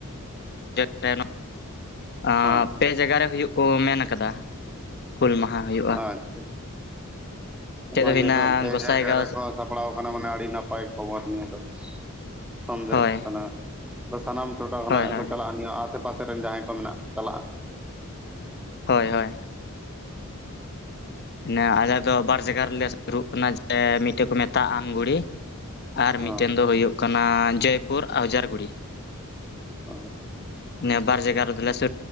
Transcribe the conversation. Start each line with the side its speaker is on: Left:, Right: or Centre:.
Left: <unintelligible>
Centre: ᱦᱮᱸ
Left: ᱯᱮ ᱡᱟᱭᱜᱟ ᱨᱮ ᱦᱩᱭᱩᱜ ᱠᱚ ᱢᱮᱱ ᱠᱟᱫᱟ ᱾ ᱦᱩᱞ ᱢᱟᱦᱟ ᱦᱩᱭᱩᱜᱼᱟ ᱾
Centre: ᱟᱪᱪᱷᱟ ᱵᱷᱟᱜᱮ
Left: ᱦᱩᱭᱱᱟ
Centre: ᱫᱚ ᱯᱮ
Left: ᱜᱚᱸᱥᱟᱭᱜᱟᱸᱣ
Centre: ᱡᱟᱭᱜᱟ ᱨᱮ ᱠᱚ ᱥᱟᱵᱼᱼᱼ ᱥᱟᱯᱲᱟᱣ ᱠᱟᱱᱟ ᱢᱟᱱᱮ ᱟᱹᱰᱤ ᱱᱟᱯᱟᱭ ᱠᱷᱚᱵᱚᱨ ᱱᱤᱭᱟᱹ ᱫᱚ ᱥᱚᱸᱱᱫᱮᱥ
Left: ᱦᱳᱭ
Centre: ᱠᱟᱱᱟ ᱾ ᱥᱟᱱᱟᱢ ᱴᱚᱴᱷᱟ ᱠᱷᱚᱱᱟᱜ
Left: ᱦᱳᱭ
Centre: ᱜᱮ
Left: ᱦᱳᱭ
Centre: ᱠᱚ ᱪᱟᱞᱟᱜᱼᱟ ᱱᱤᱭᱟᱹ ᱟᱥᱮ-ᱯᱟᱥᱮ ᱨᱮᱱ ᱡᱟᱦᱟᱸᱭ ᱠᱚ ᱢᱮᱱᱟᱜ ᱠᱚ ᱪᱟᱞᱟᱜᱼᱟ ᱠᱚ ᱾
Left: ᱦᱚᱭ - ᱦᱚᱭ ᱱᱮ ᱟᱞᱮ ᱫᱚ ᱵᱟᱨ ᱡᱟᱜᱟ ᱨᱮ ᱞᱮ ᱥᱩᱨᱩᱜ ᱠᱟᱱᱟ ᱡᱮ ᱢᱤᱫᱴᱮᱡ ᱠᱚ ᱢᱮᱛᱟᱜᱼᱟ ᱟᱢᱜᱷᱩᱲᱤ ᱟᱨ
Centre: ᱦᱚᱸ
Left: ᱢᱤᱫᱴᱮᱱ ᱫᱚ ᱦᱩᱭᱩᱜ ᱠᱟᱱᱟ ᱡᱮᱭᱯᱩᱨ ᱟᱣᱡᱟᱨᱜᱩᱲᱤ᱾
Centre: <inaudible>
Left: ᱱᱤᱭᱟᱹ ᱵᱟᱨ ᱡᱟᱭᱜᱟ ᱨᱮ ᱫᱚ ᱥᱩᱨᱼᱼᱼ